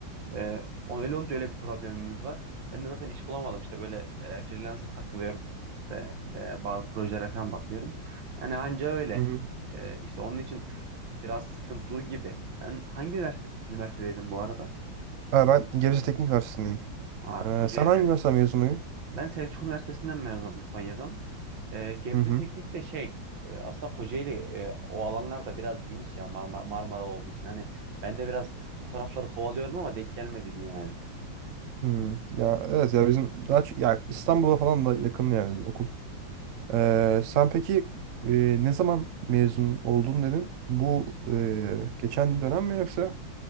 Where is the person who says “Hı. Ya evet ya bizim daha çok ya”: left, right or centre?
Right